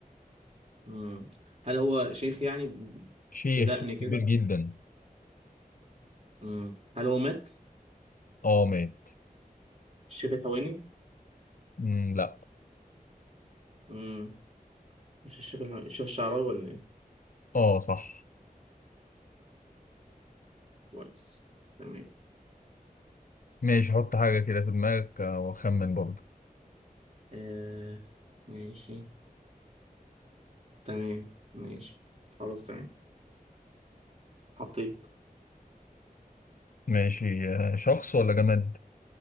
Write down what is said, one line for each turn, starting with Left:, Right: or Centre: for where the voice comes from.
Right: مم. هل هو شيخ يعني ب-
Left: شيخ
Right: بدقن
Left: شيخ
Right: كده؟
Left: كبير جدا
Right: مم. هل هو مات؟
Left: اه مات
Right: الشيخ الحويني؟
Left: مم، لا
Right: مم. مش الشيخ الحويني الشيخ الشعراوي ولا إيه؟
Left: اه صح
Right: كويس تمام
Left: ماشي حط حاجة كده في دماغك آه، واخمن برضه
Right: آه ماشي تمام ماشي خلاص تمام حطيت
Left: ماشي آه، شخص ولا جماد